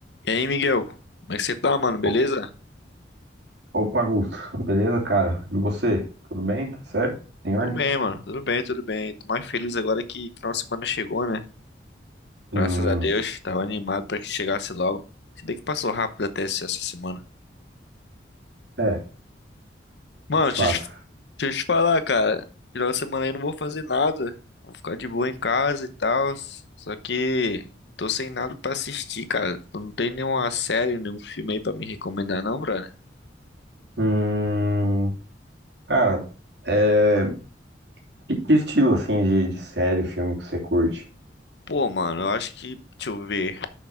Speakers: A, on the left; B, on the right.
A: E aí, Miguel? Como é que você tá, mano? Beleza?
B: O- Opa, Augusto. Beleza, cara? E você? Tudo bem? Tá certo? Em ordem?
A: Tudo bem, mano. Tudo bem, tudo bem. Tô mais feliz agora que final de semana chegou, né?
B: Hum,
A: Graças a Deus. Tava animado pra que chegasse logo. Se bem que passou rápido até esse- essa semana.
B: é,
A: Mano,
B: de fato.
A: deixa eu te deixa eu te falar, cara. Final de semana aí eu não vou fazer nada. Vou ficar de boa em casa e tal. Só que tô sem nada pra assistir, cara. Tu Não tem nenhuma série, nenhum filme aí pra me recomendar, não, brother?
B: Hum, cara, é, que, que estilo, assim, de, de série, filme que você curte?
A: Pô, mano, eu acho que. Deixa eu ver.